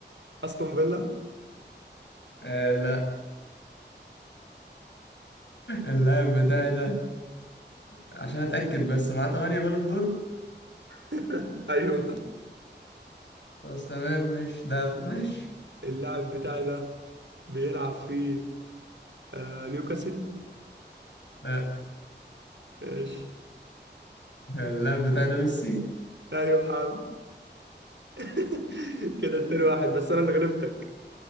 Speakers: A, on the right (about 80°); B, on the left (about 75°).
A: استون فيلا
B: آه لا اللاعب بتاعي ده عشان اتأكد بس معاه 8 بالون دور
A: <laughs> ايوه
B: خلاص تمام ماشي ده ماشي
A: اللاعب بتاعي ده بيلعب في آه نيوكاسل
B: لا
A: ماشي
B: اللاعب بتاعي ده ميسي
A: ايوه يا عم <laughs> كده 2-1 بس انا اللي غلبتك